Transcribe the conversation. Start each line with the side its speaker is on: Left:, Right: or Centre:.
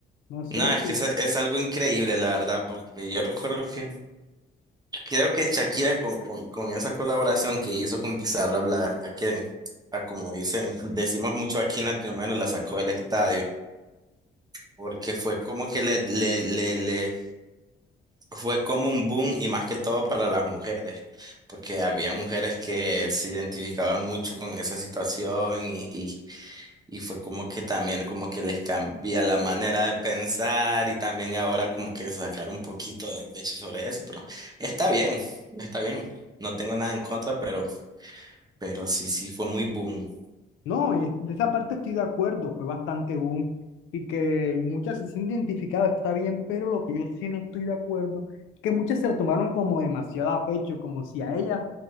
Left: no sé
Right: No, es
Left: si
Right: que es, es algo increíble, la verdad, porque yo recuerdo que creo que Shakira con, con, con esa colaboración que hizo con Pizarra, la verdad que, ah, como dicen, decimos mucho aquí en Latinoamérica, la sacó del estadio, porque fue como que le, le, le, le fue como un boom y más que todo para las mujeres, porque había mujeres que se identificaban mucho con esa situación y, y, y fue como que también como que les cambia la manera de pensar y también ahora como que sacar un poquito de pecho sobre eso, pero está bien, está bien, no tengo nada en contra, pero, pero sí, sí fue muy boom.
Left: No, eh, de esa parte estoy de acuerdo, fue bastante boom y que muchas se sienten identificadas, está bien, pero lo que yo sí no estoy de acuerdo, que muchas se lo tomaron como demasiado a pecho, como si a ellas